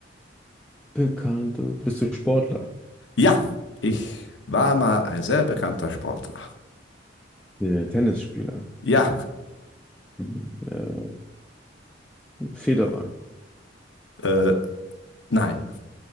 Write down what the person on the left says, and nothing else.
Ja, ich war mal ein sehr bekannter Sportler.
Ja,
äh, nein.